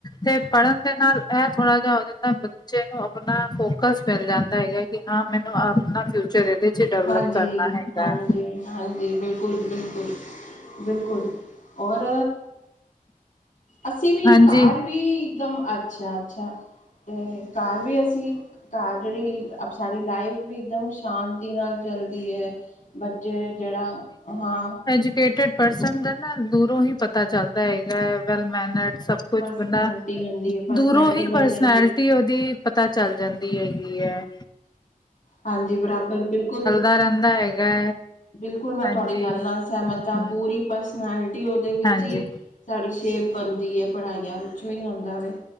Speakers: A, on the left; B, on the left.
A: ਤੇ ਪੜ੍ਹਨ ਦੇ ਨਾਲ ਇਹ ਥੋੜ੍ਹਾ ਜਾ ਹੋ ਜਾਂਦਾ। ਬੱਚੇ ਨੂੰ ਆਪਣਾ ਫੋਕਸ ਮਿਲ ਜਾਂਦਾ ਹੈਗਾ ਕਿ ਹਾਂ ਮੈਨੂੰ ਆਪਣਾ ਫਿਊਚਰ ਇਹਦੇ ਚ ਡਿਵਲਪ
B: ਹਾਂਜੀ
A: ਕਰਨਾ ਹੈਗਾ।
B: ਹਾਂਜੀ ਹਾਂਜੀ ਬਿਲਕੁਲ ਬਿਲਕੁਲ ਬਿਲਕੁਲ ਔਰ ਅਸੀਂ ਵੀ
A: ਹਾਂਜੀ
B: ਘਰ ਵੀ ਇੱਕਦਮ ਅੱਛਾ ਅੱਛਾ ਤੇ ਘਰ ਵੀ ਅਸੀਂ ਘਰ ਜਿਹੜੀ ਸਾਡੀ ਲਾਈਫ ਵੀ ਇੱਕਦਮ ਸ਼ਾਂਤੀ ਨਾਲ ਚੱਲਦੀ ਏ। ਬੱਚੇ ਜਿਹੜਾ ਹਾਂ
A: ਐਜੂਕੇਟਡ ਪਰਸਨ ਦਾ ਨਾ ਦੂਰੋਂ ਹੀ ਪਤਾ ਚੱਲਦਾ ਹੈਗਾ ਵੈਲ ਮੈਨਰਡ ਸਭ ਕੁਛ
B: ਪਰਸਨੈਲਿਟੀ
A: ਬੰਦਾ
B: ਹੁੰਦੀ ਹੈ ਪਰਸਨੈਲਿਟੀ
A: ਦੂਰੋਂ ਹੀ
B: ਬਣ
A: ਪਰਸਨੈਲਿਟੀ
B: ਜਾਂਦੀ
A: ਉਹਦੀ ਪਤਾ ਚੱਲ ਜਾਂਦੀ ਹੈਗੀ ਐ।
B: ਹਾਂਜੀ ਬਰਾਬਰ ਬਿਲਕੁਲ।
A: ਦਾ ਰਹਿੰਦਾ ਹੈਗਾ।
B: ਬਿਲਕੁਲ ਮੈਂ
A: ਹਾਂਜੀ
B: ਤੁਹਾਡੀ ਗੱਲ ਨਾਲ ਸਹਿਮਤ ਹਾਂ
A: ਹਮ
B: ਪੂਰੀ ਪਰਸਨੈਲਿਟੀ ਉਹਦੇ ਵਿੱਚ
A: ਹਾਂਜੀ
B: ਹੀ। ਸਾਡੀ ਸ਼ੇਪ ਬਣਦੀ ਐ ਪੜ੍ਹਾਈਆਂ ਵਿੱਚੋਂ ਹੀ ਆਉਂਦਾ ਵੈ।